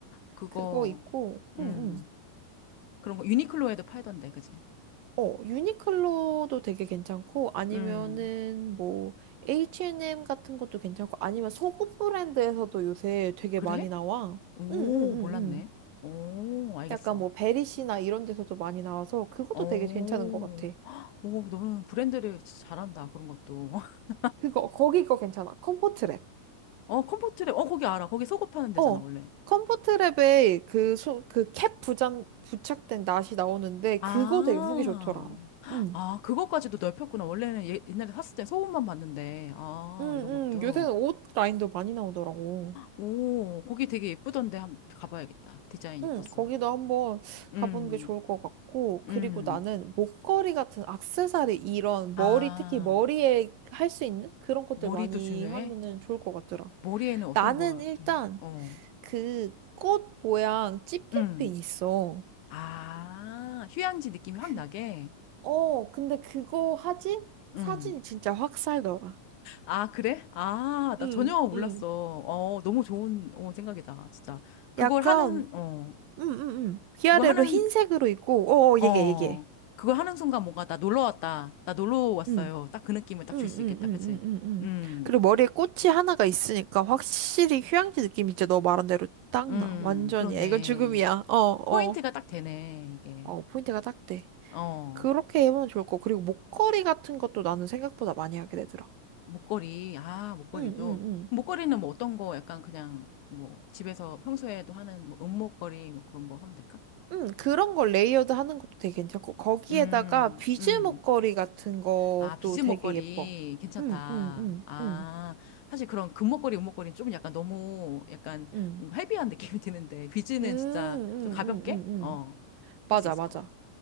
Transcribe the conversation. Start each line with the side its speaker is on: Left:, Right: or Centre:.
Left: 그거,
Right: 그거 입고,
Left: 음,
Right: 응, 응.
Left: 그런 거 유니클로에도 팔던데, 그지?
Right: 어, 유니클로도 되게 괜찮고 아니면은
Left: 음,
Right: 뭐 H&M 같은 것도 괜찮고 아니면 속옷 브랜드에서도 요새 되게
Left: 그래?
Right: 많이 나와.
Left: 오,
Right: 응응응응.
Left: 몰랐네. 오, 알겠어.
Right: 약간 뭐 베리시나 이런 데서도 많이 나와서 그것도
Left: 오,
Right: 되게 괜찮은 것 같아.
Left: 오, 너는 브랜드를 진짜 잘한다, 그런 것도. <laughs>
Right: 그거 거기 거 괜찮아. 컴포트랩.
Left: 어, 컴포트랩, 어, 거기 알아. 거기 속옷 파는 데잖아,
Right: 어.
Left: 원래.
Right: 컴포트랩에 그, 소, 그 캡 부장, 부착된 낫이 나오는데
Left: 아,
Right: 그거 되게 후기 좋더라. 응.
Left: 아, 그것까지도 넓혔구나. 원래는 예- 옛날에 샀을 때 소음만 봤는데, 아,
Right: 응,
Left: 이런
Right: 응.
Left: 것도.
Right: 요새는 옷 라인도 많이 나오더라고.
Left: 오, 거기 되게 예쁘던데 한번 가봐야겠다. 디자인 예뻤어.
Right: 응, 거기도 한번
Left: 음,
Right: 가보는 게 좋을 것 같고, 그리고
Left: 음.
Right: 나는 목걸이 같은 액세서리 이런
Left: 아,
Right: 머리, 특히 머리에 할 수 있는 그런 것들
Left: 머리도
Right: 많이
Left: 중요해?
Right: 하면은 좋을 것 같더라.
Left: 머리에는 어떤
Right: 나는
Left: 걸
Right: 일단
Left: 해? 어,
Right: 그 꽃 모양 집게핀
Left: 음.
Right: 있어.
Left: 아, 휴양지 느낌이 확
Right: 그,
Left: 나게?
Right: 어, 근데 그거 하지? 사진이
Left: 음.
Right: 진짜 확 살더라.
Left: 아, 그래? 아, 나
Right: 응,
Left: 전혀 몰랐어.
Right: 응.
Left: 어, 너무 좋은 어, 생각이다. 진짜. 그걸
Right: 약간,
Left: 하는, 어.
Right: 응, 응, 응. 위아래로
Left: 그거 하는
Right: 흰색으로 있고, 어, 어,
Left: 어,
Right: 얘기해, 얘기해.
Left: 그걸 하는 순간 뭔가 나 놀러 왔다. 나 놀러 왔어요.
Right: 응.
Left: 딱 그 느낌을 딱
Right: 응응응응응응.
Left: 줄 수 있겠다. 그치? 음,
Right: 그리고 머리에 꽃이 하나가 있으니까 확실히 휴양지 느낌이 진짜 너 말한 대로 딱
Left: 음,
Right: 나. 완전이야.
Left: 그런데
Right: 이건 죽음이야. 어, 어.
Left: 포인트가 딱 되네, 이게.
Right: 어, 포인트가 딱 돼.
Left: 어,
Right: 그렇게 해보면 좋을 거. 그리고 목걸이 같은 것도 나는 생각보다 많이 하게 되더라.
Left: 목걸이. 아, 목걸이도.
Right: 응응응. 응, 응.
Left: 목걸이는 뭐 어떤 거 약간 그냥 뭐 집에서 평소에도 하는 뭐 은목걸이 뭐 그런 거 하면 될까?
Right: 응, 그런 걸 레이어드 하는 것도 되게 괜찮고, 거기에다가
Left: 음,
Right: 비즈
Left: 음.
Right: 목걸이 같은 것도
Left: 아, 비즈 목걸이
Right: 되게 예뻐.
Left: 괜찮다.
Right: 응, 응, 응,
Left: 아,
Right: 응,
Left: 사실 그런 금목걸이, 은목걸이는 좀 약간 너무 약간
Right: 응.
Left: 뭔가 헤비한 <laughs> 느낌이 드는데 비즈는
Right: 응, 응,
Left: 진짜 좀 가볍게
Right: 응, 응, 응.
Left: 어,
Right: 맞아,
Left: 할 수 있을
Right: 맞아.
Left: 것 같아.